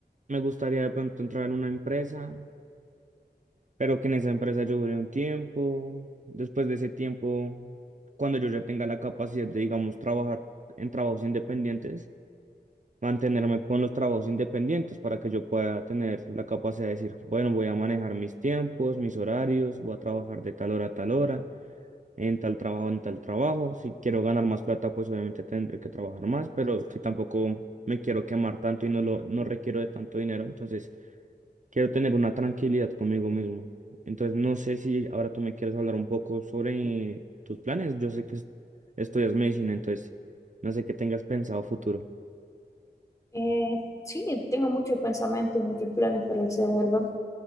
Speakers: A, on the right; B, on the left.
A: me gustaría de pronto entrar en una empresa Pero que en esa empresa yo duré un tiempo. Después de ese tiempo, cuando yo ya tenga la capacidad de, digamos, trabajar en trabajos independientes, mantenerme con los trabajos independientes para que yo pueda tener la capacidad de decir, bueno, voy a manejar mis tiempos, mis horarios, voy a trabajar de tal hora a tal hora, en tal trabajo, en tal trabajo. Si quiero ganar más plata, pues obviamente tendré que trabajar más, pero si tampoco me quiero quemar tanto y no lo, no requiero de tanto dinero, entonces Quiero tener una tranquilidad conmigo mismo. Entonces, no sé si ahora tú me quieres hablar un poco sobre tus planes. Yo sé que es- estudias medicina, entonces no sé qué tengas pensado futuro.
B: eh, sí, tengo muchos pensamientos, muchos planes para hacerlo.